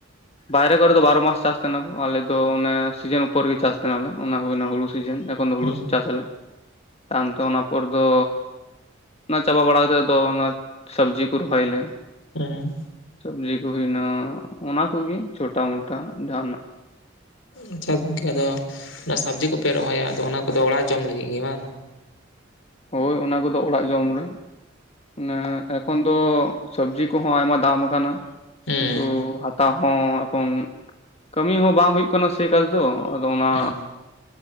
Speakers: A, on the left (about 30°); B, on the left (about 70°).
A: ᱵᱟᱭᱨᱮ ᱠᱚᱨᱮ ᱫᱚ ᱵᱟᱨᱚ ᱢᱟᱥ ᱪᱟᱥ ᱛᱟᱦᱮ ᱱᱟᱠᱚ, ᱟᱞᱮ ᱫᱚ ᱢᱟᱱᱮ ᱥᱤᱡᱤᱱ ᱩᱯᱚᱨ ᱨᱮᱜᱮ ᱪᱟᱥ ᱛᱟᱦᱮ ᱱᱟᱞᱮ ᱾ ᱚᱱᱟ ᱦᱩᱭᱱᱟ ᱦᱩᱲᱩ ᱥᱤᱡᱤᱱᱼᱼ ᱛᱚᱠᱷᱚᱱ ᱫᱚ ᱦᱩᱲᱩ
B: ᱦᱮᱸ
A: ᱪᱟᱥ ᱟᱞᱮ, ᱛᱟᱭᱚᱢ ᱛᱮ ᱚᱱᱟ ᱯᱚᱨᱼᱼ ᱫᱚ ᱚᱱᱟ ᱪᱟᱵᱟ ᱵᱟᱲᱟ ᱠᱟᱛᱮᱫ ᱫᱚ ᱚᱱᱟ ᱥᱚᱵᱽᱡᱤ ᱠᱚ ᱨᱚᱦᱚᱭᱟᱞᱮ ᱾
B: ᱦᱩᱸ
A: ᱥᱚᱵᱽᱡᱤ ᱠᱚ ᱦᱩᱭᱱᱟ, ᱚᱱᱟ ᱠᱚᱜᱮ ᱪᱷᱚᱴᱟ ᱢᱚᱴᱟ ᱡᱟᱦᱟᱱᱟᱜᱼᱼ
B: ᱟᱪᱪᱷᱟ ᱜᱚᱝᱠᱮ ᱟᱫᱚ ᱚᱱᱟ ᱥᱚᱵᱽᱡᱤ ᱠᱚᱯᱮ ᱨᱚᱦᱚᱭᱟ ᱟᱫᱚ ᱚᱱᱟ ᱠᱚᱫᱚ ᱚᱲᱟᱜ ᱡᱚᱢ ᱞᱟᱹᱜᱤᱜ ᱜᱮ ᱵᱟᱝ?
A: ᱦᱚᱭ ᱚᱱᱟ ᱠᱚᱫᱚ ᱚᱲᱟᱜ ᱡᱚᱢ ᱨᱮ, ᱚᱱᱮ ᱮᱯᱼᱼ ᱮᱠᱷᱚᱱ ᱫᱚ ᱥᱚᱵᱽᱡᱤ ᱠᱚᱦᱚᱸ ᱟᱭᱢᱟ ᱫᱟᱢ ᱠᱟᱱᱟ
B: ᱦᱩᱸ
A: ᱠᱤᱱᱛᱩ ᱦᱟᱛᱟᱣᱼᱼ ᱦᱚᱸ ᱮᱠᱷᱚᱱ, ᱠᱟᱹᱢᱤ ᱦᱚᱸ ᱵᱟᱝ ᱦᱩᱭᱩᱜ ᱠᱟᱱᱟ ᱥᱮ ᱮᱠᱟᱞ ᱫᱚ ᱟᱫᱚ ᱚᱱᱟᱼᱼ
B: ᱦᱩᱸ